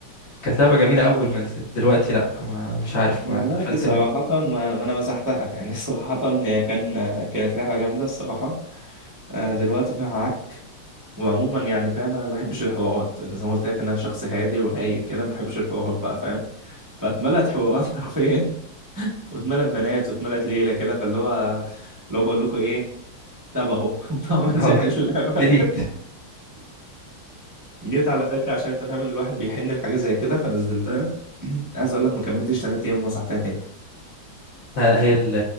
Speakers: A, on the left; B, on the right.
A: كانت لعبة جميلة أول ما نزلت دلوقتي لأ ما مش عارف
B: دلوقتي
A: ما اتقفلت
B: صراحة
A: منها
B: ما ما انا مسحتها يعني <laughs> صراحة هي كان كانت لعبة جامدة الصراحة آه، دلوقتي فيها عك وعموما يعني فاهم انا ما بحبش الحوارات انا زي ما قلت لك انا شخص هادي ورايق كده ما بحبش الحوارات بقى فاهم فاتملت حوارات <laughs> حرفيا واتملت بنات واتملت ليلة كده فاللي هو اللي هو بقول لكم ايه طب اهو <laughs> طب ما انت
A: أهو
B: اللعبة
A: ديليت
B: جيت على فكره عشان انت فاهم ان الواحد بيحن لحاجه زي كده فنزلتها <clears throat> عايز اقول لك ما كملتش ثلاث ايام ومسحتها تاني
A: لا، هي ال-